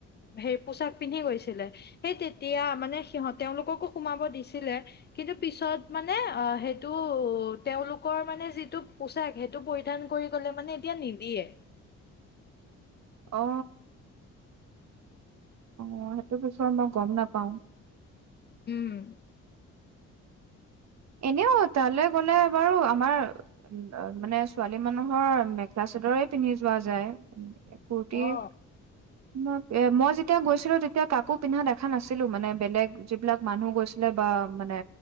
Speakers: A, on the left (about 35°); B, on the right (about 60°).
A: সেই পোচাক পিন্ধি গৈছিলে সেই তেতিয়া মানে সিহত তেওঁলোককো সোমাব দিছিলে কিন্তু পিছত মানে অ সেইটো তেওঁওলোকৰ মানে যিটো পোচাক সেই টো পৰিধান কৰি গ'লে মানে এতিয়া নিদিয়ে
B: অ অ সেইটো পিছত মই গম নাপাওঁ
A: উম
B: এনেও তালৈ গ'লে বাৰু আমাৰ মানে ছোৱালী মানুহৰ মেখেলা চাদৰে পিন্ধি যোৱা যায় ফুটিৰ
A: অ
B: ম মই যেতিয়া গৈছিলোঁ তেতিয়া কাকো পিন্ধা দেখা নাছিলোঁ মানে বেলেগ যিবিলাক মানুহ গৈছিল বা মানে